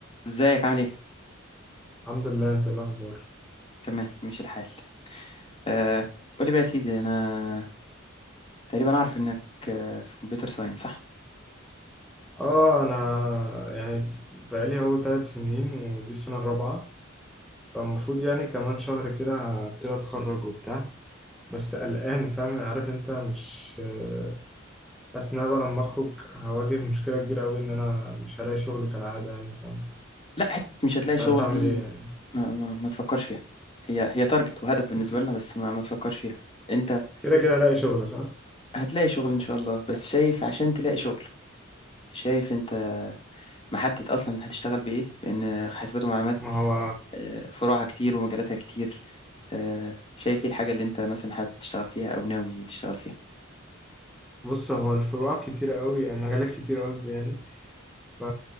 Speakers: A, on the left; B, in the centre.
A: ازيك عامل ايه؟
B: الحمد لله انت ايه الاخبار
A: تمام ماشي الحال آه قولي بقى يا سيدي انا تقريبا اعرف انك آه في كمبيوتر ساينس صح؟
B: اه انا يعني بقالي اهو ثلاث سنين ودي السنه الرابعه فالمفروض يعني كمان شهر كده هبتدي اتخرج وبتاع بس قلقان فاهم عارف انت مش آه، حاسس ان انا بقى لما اخرج هواجه مشكله كبيره قوي ان انا مش هلاقي شغل كالعاده يعني فاهم
A: لا حت مش هتلاقي
B: مش
A: شغل
B: عارف اعمل
A: دي
B: ايه يعني
A: ما, ما, ما تفكرش فيها هي هي تارجت وهدف بالنسبة
B: ك-
A: لنا بس ما, ما تفكرش فيها انت
B: كده كده هلاقي شغل صح
A: هتلاقي شغل ان شاء الله بس شايف عشان تلاقي شغل شايف انت محدد اصلا هتشتغل بايه لان حاسبات ومعلومات
B: ما هو
A: آه، فروعها كتير ومجالاتها كتير آه، شايف ايه الحاجة اللي انت مثلا حابب تشتغل فيها او ناوي تشتغل فيها
B: بص هو الفروع كتيرة قوي يعني مجالات كتير قصدي يعني ف